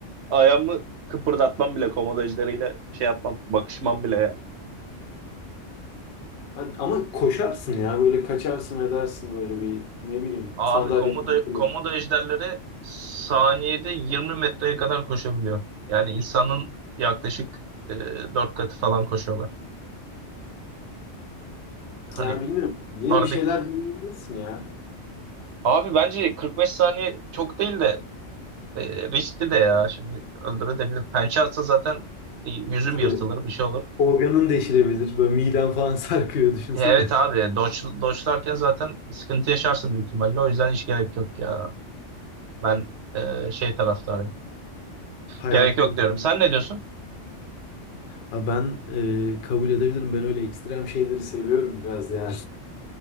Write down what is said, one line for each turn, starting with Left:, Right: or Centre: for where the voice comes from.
Right: Ayağımı kıpırdatmam bile komodo ejderiyle şey yapmam, bakışmam bile yani.
Left: <laughs> Hadi- Ama koşarsın ya böyle kaçarsın edersin böyle bir ne bileyim
Right: Abi
Left: sandalye
Right: komodo,
Left: falan fırlatıp.
Right: komodo ejderleri saniyede 20 metreye kadar koşabiliyor. Yani insanın yaklaşık e, 4 katı falan koşuyorlar. Hani
Left: Yani bilmiyorum yine
Right: artık
Left: bir şeyler deneyebilirsin ya.
Right: abi bence 45 saniye çok değil de e, riskli de ya. Şimdi öldürebilir. Pençe atsa zaten e, yüzüm
Left: Tabii.
Right: yırtılır bir şey olur.
Left: Organın deşilebilir. Böyle miden falan sarkıyor düşünsene.
Right: E, Evet abi doç, doçlarken zaten sıkıntı yaşarsın büyük ihtimalle. O yüzden hiç gerek yok ya. Ben e, şey taraftarıyım.
Left: <laughs> Hayatımın
Right: Gerek yok diyorum.
Left: tadı.
Right: Sen ne diyorsun?
Left: Ha ben e, kabul edebilirim. Ben öyle ekstrem Şeyleri seviyorum biraz ya.